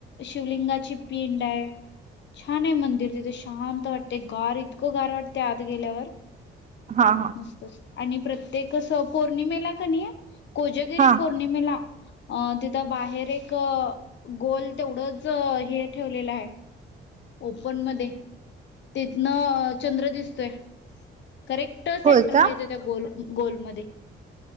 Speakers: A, on the left; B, on the right.
A: शिवलिंगाची पिंड आहे. छान आहे मंदिर तिथे शांत वाटते. गार, इतकं गार वाटते आत गेल्यावर.
B: हा हा
A: मस्त आणि प्रत्येक अस पौर्णिमेला क नई? कोजगिरी
B: हा
A: पौर्णिमेला. अ तिथं बाहेर एक गोल तेवढंच हे ठेवलेलं आहे. ओपन मध्ये, तितन चंद्र दिसतंय. करेक्ट
B: होय
A: सेंटरला
B: का?
A: येतो त्या गोल गोलमध्ये.